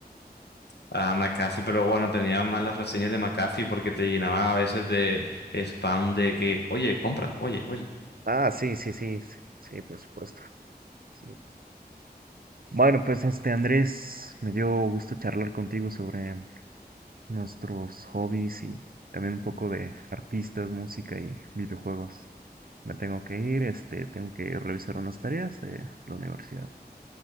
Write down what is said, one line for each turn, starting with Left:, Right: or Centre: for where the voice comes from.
Left: Ah, McAfee, pero bueno, tenía malas reseñas de McAfee porque te llenaban a veces de spam de que, oye, compra, oye, oye.
Right: Ah, sí, sí, sí, sí, por supuesto. sí. Bueno, pues este Andrés, me dio gusto charlar contigo sobre nuestros hobbies y también un poco de artistas, música y videojuegos. Me tengo que ir, este, tengo que revisar unas tareas de la universidad.